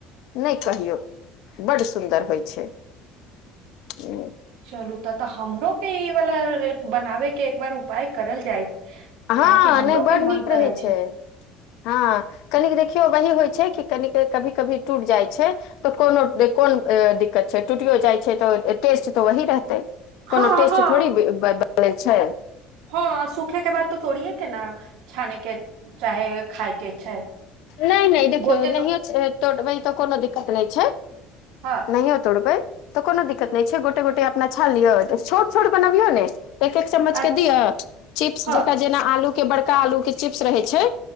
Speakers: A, on the left; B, on the right.
A: नहि कहियौ बड सुन्दर होइ छै। ह <inaudible>
B: चलू तऽ तऽ हमरो के ई वला बनाबे के एक बार उपाय करल जाय।
A: हँ
B: काहेकि हमरो
A: नहि बड
B: के
A: नीक
B: मन
A: रहे
B: करै
A: छै हँ। कनि देखियौ वही होइ छै कि कनिक कभी कभी टूट जाइ छै तऽ कोनो कोन दिक्कत छै टूटियो जाइ छै तऽ टेस्ट तऽ वही रहतै।
B: हाँ
A: कोनो टेस्ट
B: हाँ
A: थोड़ी बने छै
B: हँ सूखे के बाद तऽ तोड़िये के ने छाने के चाहे खायके छै
A: नहि नहि देखियौ
B: गोटे
A: नहियो
B: तो
A: वी तौरबे तऽ कोनो दिक्कत नहि छै
B: हँ।
A: नहियो तोड़बै तऽ कोनो दिक्कत नहि छै गोटे गोटे अपना छान लियौ छोट छोट बनाबियौ ने एक एक चम्मच
B: अच्छा
A: के दियो चिप्स
B: हाँ
A: जक जेना आलू के बड़का आलू के चिप्स रहै छै